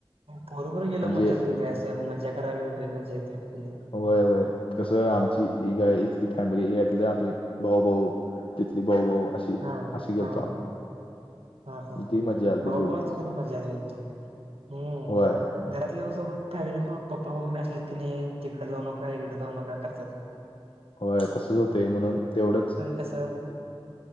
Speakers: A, on the right; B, on the left.
A: पोरबर
B: म्हणजे
A: गेला. मजाच वेग असं मजा करायला मिळते, मजा येते फुलो.
B: होय होय कसं आमची ही गाय इथली फॅमिली यातल आम्ही भाऊ भाऊ. तिथली भाऊ भाऊ अशी.
A: हा.
B: <unintelligible>
A: हा हा
B: आम्ही
A: हा.
B: ती मजा आलती
A: भाऊ
B: तेवढीच
A: भाऊ, आजकाल मजा लई मग. हम्म.
B: होय
A: घरातल्या सोबत फॅमिलीग पप्पा मम्मी असली तिने तिकडे जाऊ नका इकडे जाऊ नका करत्यात.
B: होय तसं. ते म्हनं तेवढंच.
A: कसब.